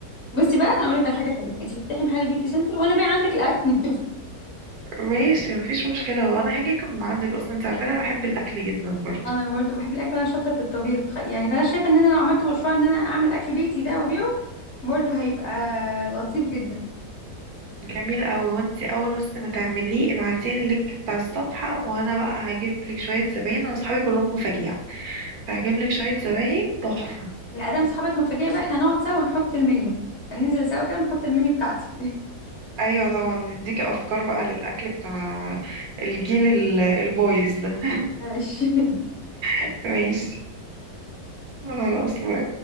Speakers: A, on the left (about 40°); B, on the right (about 60°).
A: بصي بقى انا اقول لك على حاجه حلوه انت تفتحي محل بيوتي سنتر وانا بايع عندك الاكل
B: ماشي مفيش مشكلة وانا هاجي اكل من عندك اصلا انت عارفة انا بحب الاكل جدا
A: <laughs>
B: برضو
A: انا برضو بحب الاكل وانا شاطره في الطبيخ ف- يعني فانا شايفه ان انا لو عملت مشروع ان انا اعمل اكل بيتي ده وابيعه برضو هيبقى لطيف جدا
B: جميل قوي وانت اول بس ما تعمليه ابعتيلي اللينك بتاع الصفحة وانا بقى هجيب لك شوية زباين انا اصحابي كلهم مفاجيع فهجيب لك شوية زباين تحفة
A: لا ادام صحابك متفاجئة بقى احنا نقعد سوا ونحط المنيو هننزل سوا كده ونحط المنيو بتاعتي
B: ايوه طبعا نديكي افكار بقى للاكل بتاع الجيل ال- البويز ده
A: <laughs> ماشي
B: <laughs> ماشي خلاص باي.